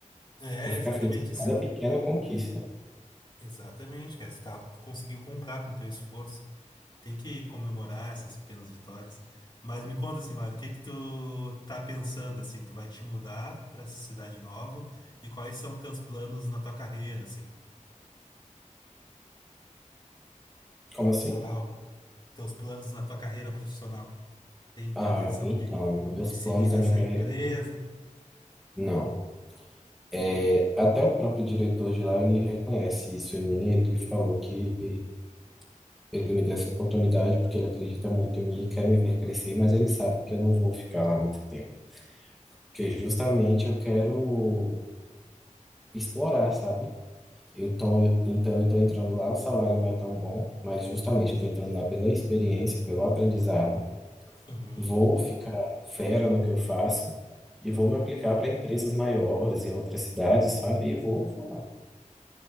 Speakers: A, on the left; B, in the centre.
A: é
B: vou
A: exatamente
B: ficar feliz com
A: esse,
B: cada pequena conquista.
A: exatamente, cara, esse carro que tu conseguiu comprar com teu esforço. Tem que comemorar essas pequenas vitórias. Mas me conta assim, Mário, o que que tu tá pensando assim? Tu vai te mudar para essa cidade nova e quais são teus planos na tua carreira assim,
B: Como
A: profissional,
B: assim?
A: teus planos na tua carreira profissional? Tem pretensão
B: Ah, então,
A: de
B: meus
A: de seguir
B: planos da
A: essa
B: minha carreira,
A: empresa?
B: não. É, até o próprio diretor de lá, ele reconhece isso em mim, ele falou que ele me deu essa oportunidade porque ele acredita muito em mim e quer me ver crescer, mas ele sabe que eu não vou ficar lá muito tempo, porque justamente eu quero explorar, sabe? Então eu, então eu tô entrando lá, o salário não é tão bom, mas justamente eu tô entrando lá pela experiência, pelo aprendizado,
A: Uhum.
B: Vou ficar fera no que eu faço e vou me aplicar para empresas maiores em outras cidades, sabe? E vou voar.